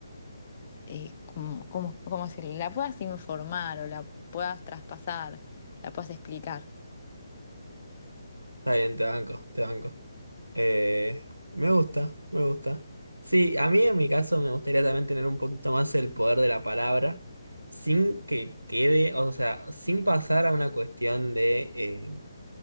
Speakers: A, on the left (about 35°); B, on the right (about 75°).
A: eh, ¿cómo, cómo- cómo decirlo? La puedas informar o la puedas traspasar, la puedas explicar.
B: Está bien, te banco, te banco. Eh, me gusta, me gusta. Sí, a mí en mi caso me gustaría también tener un poquito más el poder de la palabra. Sin que quede, o sea, sin pasar a una cuestión de eh,